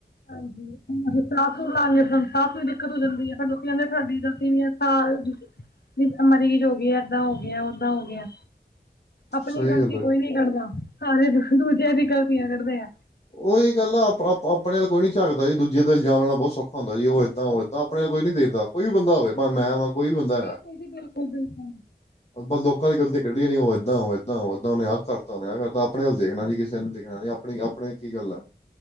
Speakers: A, on the left; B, on the left.
A: ਹਾਂਜੀ ਸਾਹ ਸੁਹ ਲਾਏਦ ਤਾਂ ਕੋਈ ਦਿੱਕਤ ਹੋ ਜਾਂਦੀ ਐ। ਲੋਕੀ ਕਹਿੰਦੇ ਆ ਸਾਡੀ ਗਲਤੀ ਨੀ ਆ ਸਾਲ ਚ ਵੀ ਮਰੀਜ਼ ਹੋ ਗਈ ਆ ਏਦਾਂ ਹੋ ਗਿਆ ਓਦਾਂ ਹੋ ਗਿਆ।
B: ਸਹੀ
A: ਆਪਣੀ ਗ਼ਲਤੀ
B: ਗੱਲ ਹੈ।
A: ਕੋਈ ਨੀ ਕੱਢਦਾ ਸਾਰੇ ਹੁ ਦੂਜਿਆਂ ਦੀ ਗ਼ਲਤੀਆਂ ਕੱਢਦੇ ਆ।
B: ਉਹੀ ਗੱਲ ਆ ਆਪ-ਆਪ ਆਪਣੇ ਵਲ ਕੋਈ ਨੀ ਝਾਕਦਾ ਏ ਦੂਜੇ ਤੇ ਇਲਜਾਮ ਲਾਉਣਾ ਬਹੁਤ ਸੌਖਾ ਹੁੰਦਾ ਜੀ ਉਹ ਏਦਾਂ ਉਹ ਏਦਾਂ ਆਪਣੇ ਕੋਈ ਨੀ ਦੇਖਦਾ ਕੋਈ ਵੀ ਬੰਦਾ ਹੋਵੇ ਭਾਵ ਮੈਂ ਵਾਂ ਕੋਈ ਵੀ ਬੰਦਾ ਹੈਗਾ,
A: ਬਿਲਕੁਲ ਜੀ ਬਿਲਕੁਲ ਬਿਲਕੁਲ
B: ਆਪਾਂ ਲੋਕਾਂ ਦੀ ਗ਼ਲਤੀ ਕੱਢੀ ਜਾਣੀ ਓ ਏਦਾਂ ਓ ਏਦਾਂ ਓ ਏਦਾਂ ਉਹਨ ਆਹ ਕਰਤਾ ਉਹਨ ਆਹਤਾ ਆਪ ਵਲ ਦੇਖਣਾ ਜੀ ਕਿਸੇ ਨੇ ਦੇਖਣਾ ਨੀ ਆਪਣੀ ਆਪਣੇ ਕੀ ਗੱਲ ਹੈ